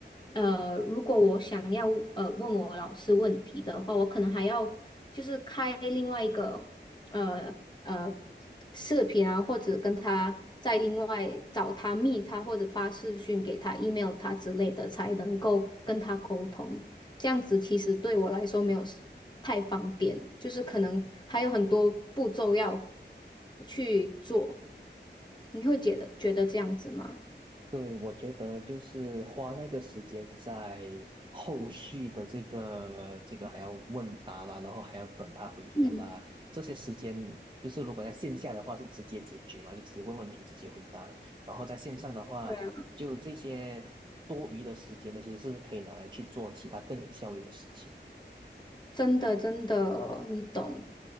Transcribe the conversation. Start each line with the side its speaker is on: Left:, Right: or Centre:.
Left: 呃，如果我想要呃问我老师问题的话，我可能还要就是开另外一个。呃呃视频啊，或者跟他再另外找他密他，或者发视讯给他、email 他之类的，才能够跟他沟通。这样子其实对我来说没有 s- 太方便，就是可能还有很多步骤要去做。你会觉得觉得这样子吗？
Right: 对，我觉得就是花那个时间在后续的这个这个还要问答啦，然后还要等他回复啦，
Left: 嗯，
Right: 这些时间就是如果在线下的话是直接解决嘛，就直接问问题，直接回答了。然后在线上的话，
Left: 对啊，
Right: 就这些多余的时间呢，其实是可以拿来去做其他更有效率的事情。
Left: 真的真的，你懂。